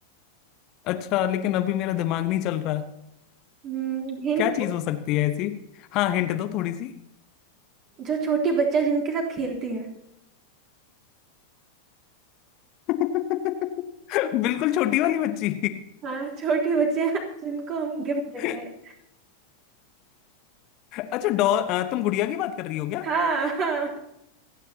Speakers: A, on the left (about 40°); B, on the right (about 35°).
A: अच्छा लेकिन अभी मेरा दिमाग नहीं चल रहा
B: हम्म, हिंट
A: क्या चीज हो सकती है ऐसी हाँ हिंट दो थोड़ी सी
B: जो छोटी बच्चा जिनके साथ खेलती है
A: <laughs> बिल्कुल छोटी वाली बच्ची
B: हाँ छोटी बच्चे जिनको हम
A: <laughs>
B: गिफ्ट देते हैं
A: अच्छा डॉल अ, तुम गुड़िया की बात कर रही हो क्या
B: हाँ हाँ